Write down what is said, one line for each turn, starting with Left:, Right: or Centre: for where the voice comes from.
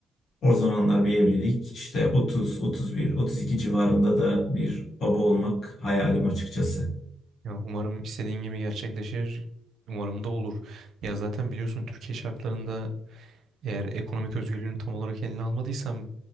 Left: o zamanlar bir evlilik işte 30, 31, 32 civarında da bir baba olmak hayalim açıkçası.
Right: Ya umarım istediğin gibi gerçekleşir. Umarım da olur. Ya zaten biliyorsun Türkiye şartlarında eğer ekonomik özgürlüğünü tam olarak eline almadıysan